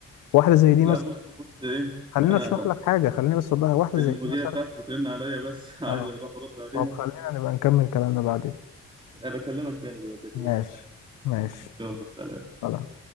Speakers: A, on the left (about 80°); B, on the right (about 15°).
A: واحدة زي دي
B: لا
A: مثلا
B: بص بص ايه
A: خليني
B: انا
A: اشرح لك حاجة خليني بس اوضحها واحدة
B: المديرة
A: زي دي مثلا
B: بتاعتي بترن عليا بس <laughs> عايز
A: اه
B: اروح ارد عليها
A: طب خلينا نبقى نكمل كلامنا بعدين
B: انا اكلمك تاني دلوقتي اكلمك
A: ماشي
B: تاني
A: ماشي
B: يلا سلام
A: خلاص